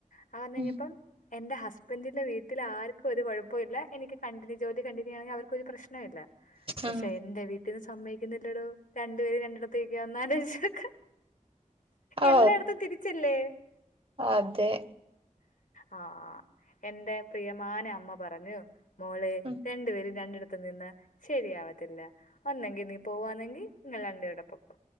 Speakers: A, on the left; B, on the right.
A: അത് വന്നെഴിഞ്ഞപ്പം
B: ഉം
A: എന്റെ ഹസ്ബന്റിന്റെ വീട്ടിൽ ആർക്കും ഒരു കുഴപ്പല്ല എനിക്ക് കണ്ടിന്യൂ. ജോലി കണ്ടിന്യൂ യ്യുവന്നെ അവർക്കൊ ഒരു പ്രശ്നവില്ല പക്ഷെ
B: ഉം
A: എന്റെവീട്ടി ഇത് സമ്മതിക്കുന്നില്ലടോ രണ്ടു പേര് രണ്ടിടത്ത് നിക്ക ഒന്നാലോയ്ച്ചോക്ക്
B: ഓ
A: എല്ലായിടത്തും തിരിച്ചല്ലേ
B: അതെ
A: ആ എന്റെ പ്രിയമാന അമ്മ പറഞ്ഞു മോളെ
B: ഉം
A: രണ്ടുപേരും രണ്ടിടത്ത് നിന്നാ ശരിയാവത്തില്ല. ഒന്നെങ്കി നീ പോവവാണെങ്കി നിങ്ങ രണ്ട് പേരൂടെ പൊക്കൊ